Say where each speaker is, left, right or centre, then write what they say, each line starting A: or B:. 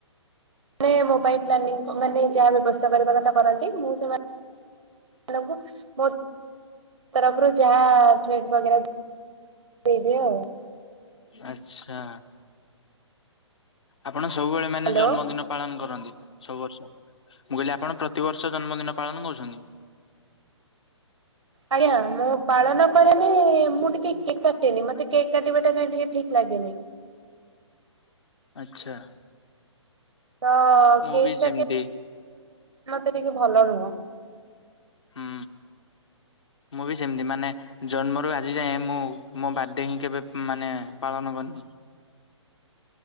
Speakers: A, on the right; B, on the left.
A: ନେ ମୋବାଇଲ ପ୍ଲାନିଂ ମାନେ ଯାହା ବ୍ୟବସ୍ଥା କରିବା କଥା କରନ୍ତି ମୁଁ ସେମା <unintelligible> ତରଫରୁ ଯାହା ଟ୍ରିଟ ବଗେରା ଦେଇଦିଏ ଆଉ।
B: ଆଚ୍ଛା। ଆପଣ ସବୁବେଳେ ମାନେ
A: ହ୍ୟାଲୋ
B: ଜନ୍ମଦିନ ପାଳନ କରନ୍ତି? ସବୁ ବର୍ଷ ମୁଁ କଇଲି ଆପଣ ପ୍ରତିବର୍ଷ ଜନ୍ମଦିନ ପାଳନ କରୁଚନ୍ତି?
A: ଆଜ୍ଞା ମୁଁ ପାଳନ କରେନି ମୁଁ ଟିକେ କେକ୍ କାଟେନି, ମୋତେ କେକ୍ କାଟିବା ଟା କାଇଁ ଟିକେ ଠିକ୍ ଲାଗେନି।
B: ଆଚ୍ଛା।
A: ତ
B: ମୁଁ
A: କେକ୍
B: ବି
A: କାଟିଆ
B: ସେମିତି
A: ମତେ ଟିକେ ଭଲ ନୁହଁ।
B: ହୁଁ ମୁଁ ବି ସେମିତି ମାନେ ଜନ୍ମରୁ ଆଜି ଯାଏଁ ମୁଁ ମୋ ବାଡେ ହିଁ କେବେ ମାନେ ପାଳନ କରନି।